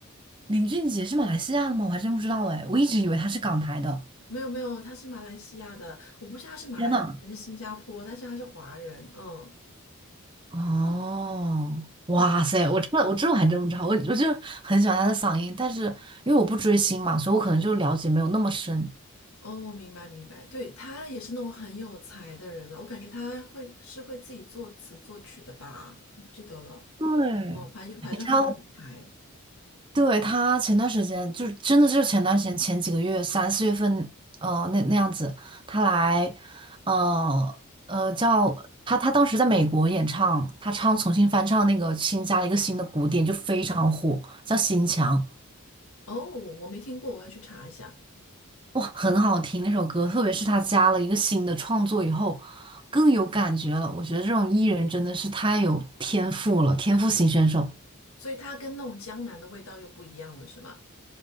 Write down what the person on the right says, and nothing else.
林俊杰是马来西亚的吗？我还真不知道哎，我一直以为他是港台的。
天呐！
哦，哇塞，
我这我这我还真不知道，我我就很喜欢他的嗓音，但是因为我不追星嘛，所以我可能就了解没有那么深。
对，
你知道对，他前段时间就是真的就是前段时间前几个月三四月份，呃，那那样子，他来，呃呃，叫他他当时在美国演唱，他唱重新翻唱那个新加了一个新的鼓点，就非常火，叫《心墙》，
哇，很好听那首歌，特别是他加了一个新的创作以后，更有感觉了。我觉得这种艺人真的是太有天赋了，天赋型选手。